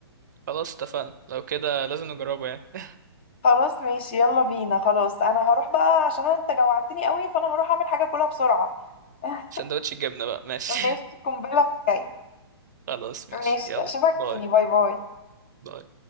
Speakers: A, on the right; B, on the left.
A: خلاص اتفقنا لو كده لازم نجربه يعني <laughs>
B: خلاص ماشي يلا بينا خلاص انا هروح بقى عشان انت جوعتني قوي فانا هروح اعمل حاجه كلها بسرعه <laughs>
A: سندوتش الجبنة بقى ماشي
B: ماشي
A: <laughs>
B: قنبله بتاعي
A: خلاص ماشي
B: ماشي
A: يلا
B: اشوفك
A: باي
B: تاني باي باي
A: باي